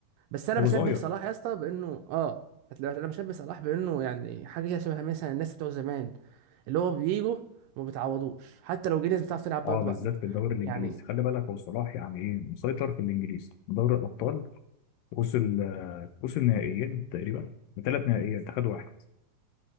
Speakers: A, on the right (about 80°); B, on the left (about 80°).
A: بس انا
B: هو
A: بشبه
B: صغير
A: صلاح يا اسطى بانه اه هتلاقي انا بشبه صلاح بانه يعني حاجه كده شبه مثلا الناس بتوع زمان اللي هو بيجوا ما بيتعوضوش حتى لو جه ناس بتعرف تلعب
B: اه
A: برضه
B: بالذات
A: بعديهم
B: في الدوري الانجليزي
A: يعني
B: خلي بالك هو صلاح يعني ايه مسيطر في الانجليزي دوري الابطال وصل آه، وصل نهائيين تقريبا بثلاث نهائيات اخد واحد